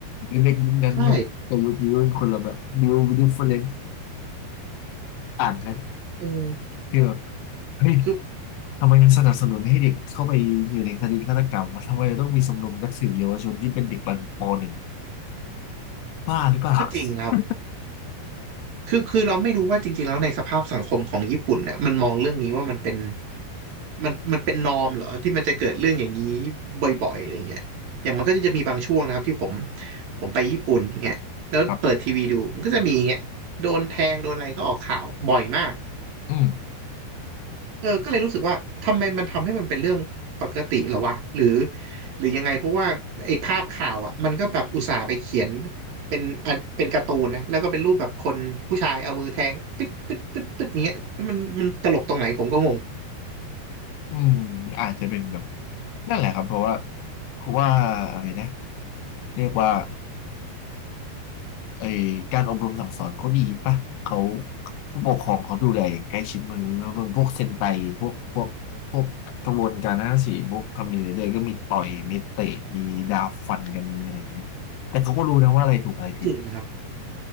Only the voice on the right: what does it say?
ใช่
เออ
คือ
ก็จริงนะครับ
คือคือเราไม่รู้ว่าจริงๆแล้วในสภาพสังคมของญี่ปุ่นเนี่ยมันมองเรื่องนี้ว่ามันเป็นมันมันเป็นนอร์มเหรอที่มันจะเกิดเรื่องอย่างนี้บ่อยๆอะไรเงี้ยอย่างมันก็จะมีบางช่วงนะครับที่ผมผมไปญี่ปุ่นอย่างเงี้ยแล้วเปิดทีวีดูมันก็จะมีเงี้ยโดนแทงโดนอะไรก็ออกข่าวบ่อยมาก
เออก็เลยรู้สึกว่าทำไมมันทำให้มันเป็นเรื่องปกติเหรอวะหรือหรือยังไงเพราะว่าไอ้ภาพข่าวอ่ะมันก็แบบอุตส่าห์ไปเขียนเป็นอันเป็นการ์ตูนนะแล้วก็เป็นรูปแบบคนผู้ชายเอามือแทงปึ๊ดปึ๊ดปึ๊ดปึ๊ดอย่างเงี้ยแล้วมันมันตลกตรงไหนผมก็งง
จริงนะครับ